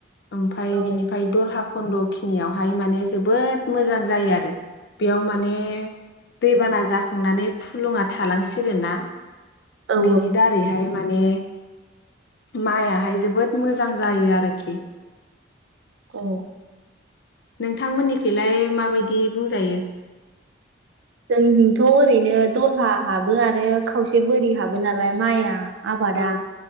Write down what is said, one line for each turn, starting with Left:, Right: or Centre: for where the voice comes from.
Left: ओमफ्राय
Right: अ औ
Left: बिनिफ्राय दल हाखो खन्द'खिनियावहाय माने जोबोद मोजां जायो आरो बेयाव माने दैबाना जाखांनानै फुलुङा थालांसिगोन ना
Right: औ
Left: बिनि दारैहाय माने माइआहाय जोबोद मोजां जायो आरोखि
Right: औ
Left: नोंथांमोननिखलाय माबायदि बुंजायो?
Right: जोंनिंथ' ओरैनो दलहा हाबो आरो खावसे बोरि हाबो नालाय माइआ आबादा
Left: औ